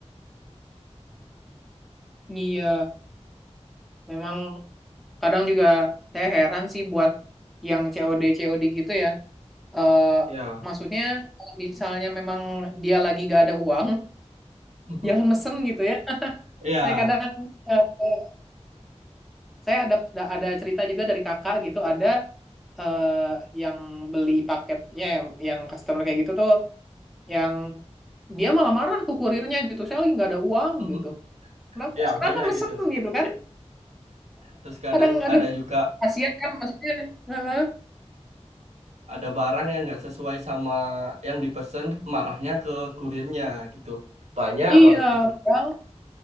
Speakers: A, in the centre; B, on the right.
A: Iya, memang kadang juga saya heran sih buat yang COD COD gitu ya. Eh
B: ya
A: maksudnya kalau misalnya memang dia lagi nggak ada uang
B: <laughs>
A: jangan mesen gitu ya. <laughs>
B: ya
A: Saya kadang eh, eh, saya ada ada cerita juga dari kakak gitu, ada eh, yang beli paketnya yang yang customer kayak gitu tuh yang dia malah marah ke kurirnya gitu. Saya lagi nggak ada uang
B: <laughs>
A: gitu. Kenapa
B: ya
A: kenapa
B: banyak
A: mesen
B: gitu
A: gitu kan?
B: terus kadang
A: Kadang
B: ada
A: aduh
B: juga
A: kasihan kan maksudnya. heeh.
B: ada barang yang nggak sesuai sama yang dipesan marahnya ke kurirnya gitu banyak
A: Iya,
B: banget gitu
A: padahal